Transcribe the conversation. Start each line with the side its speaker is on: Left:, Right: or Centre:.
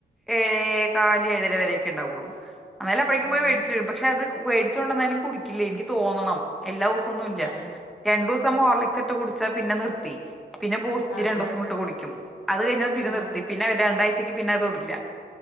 Centre: ഏഴേ കാല് ഏഴര വരെയൊക്കെ ഇണ്ടാവൊള്ളു. അന്നാലും അപ്പഴേക്കും
Left: ആഹ്
Centre: പോയി വേടിച്ചിട്ട് വരും പക്ഷെ അത് വേടിച്ച് കൊണ്ടന്നാലും കുടിക്കില്ലേ. ഇൻക്ക് തോന്നണം. എല്ലാ ദൂസൊന്നും ഇല്ല
Left: ആഹ്
Centre: രണ്ടൂസം ഹോർലിക്സ് ട്ട് കുടിച്ചാ പിന്നെ നിർത്തി. പിന്നെ ബൂസ്റ്റ്‌
Left: ആഹ്
Centre: രണ്ടോസം ഇട്ട് കുടിക്കും അത് കഴിഞ്ഞ പിന്നെ
Left: ആഹ് ആഹ്
Centre: നിർത്തി. പിന്നെ രണ്ടാഴ്ച്ച ക്ക് പിന്നത് തൊടില്ല.